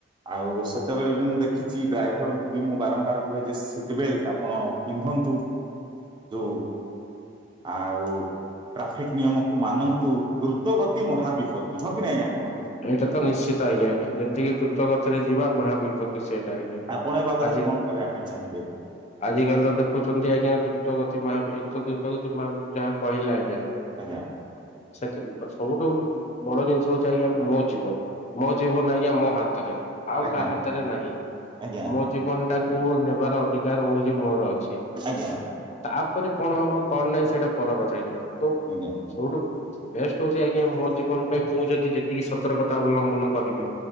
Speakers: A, on the right; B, on the left.
A: ଆଉ ସେତେବେଳେ ବି ମୁଁ ଦେଖିଛି ଡ୍ରାଇଭରଙ୍କୁ ବି ମୁଁ ବାରମ୍ବାର କୁହେ ଯେ ସିଟ ବେଲଟ ଆପଣ ପିନ୍ଧନ୍ତୁ ଯୋଉ ଆଉ ଟ୍ରାଫିକ ନିୟମକୁ ମାନନ୍ତୁ ଦ୍ରୁତ ଗତି ମହାବିପତ୍ତି ହଁ କି ନା ଆଜ୍ଞା କୁହନ୍ତୁ।
B: ଏଇଟା ତ ନିଶ୍ଚିତ ଆଜ୍ଞା ଯେତିକି ଦ୍ରୁତ ଗତିରେ ଯିବା ମହା ବିପ ତ୍ତି ସେଇଟା ଆଜ୍ଞା
A: ଆପଣ ଏ ବାବଦରେ
B: ଆଜି
A: କଣ କହିବା ପାଇଁ ଚାହିଁବେ
B: ଆଜି କାଲି ତ ଦେଖୁଛନ୍ତି ଆଜ୍ଞା ଦ୍ରୁତ ଗତି ମହା ବି ତ ଦ୍ରୁତଗତି ମା ଯାହା କହିଲେ ଆଜ୍ଞା।
A: ଆଜ୍ଞା
B: ସେଥି ସବୁଠୁ ବଡ ଜିନିଷ ହଉଛି ଆଜ୍ଞା ମୋ ଜୀବନ ମୋ ଜୀବନ ଆଜ୍ଞା ମୋ ହାତରେ ଆଉ
A: ଆଜ୍ଞା
B: କାହା ହାତରେ ନାହିଁ
A: ଆଜ୍ଞା
B: ମୋ ଜୀବନ ଟାକୁ ନେବାର ଅଧିକାର ଓନଲି ମୋର। ଅଛି
A: ଆଜ୍ଞା
B: ତା ପରେ କଣ ହବ କଣ ନାହିଁ ସେଇଟା ପର କଥା ଆଜ୍ଞା। ତ
A: ଆଜ୍ଞା
B: ଛୋଡ଼ୁ ବେଷ୍ଟ ହଉଛି ଆଜ୍ଞା ମୋ ଜୀବନ ପାଇଁ ମୁଁ ଯଦିି ଟିକିେ ସତର୍କତା ଅବଲମ୍ବନ କରିବି